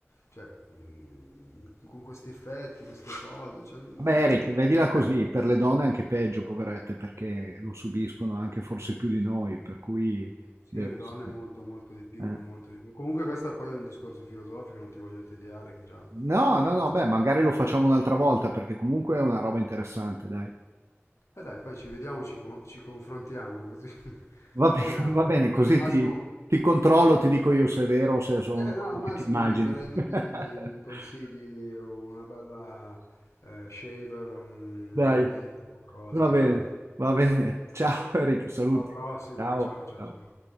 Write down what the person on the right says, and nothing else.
Vabbè, Eric, vedila così,
per le donne è anche peggio, poverette, perché lo subiscono anche forse più di noi, per cui
deve
essere...
eh.
No, no,
no,
beh, magari lo facciamo un'altra volta, perché comunque è una roba interessante, dai.
Va bene,
va bene, così
ti, ti controllo, ti dico io se è vero o se è solo
un
nome
che ti immagini.
<laughs>
Dai,
va
bene, va bene. Ciao Eric, saluti.
Ciao,
ciao.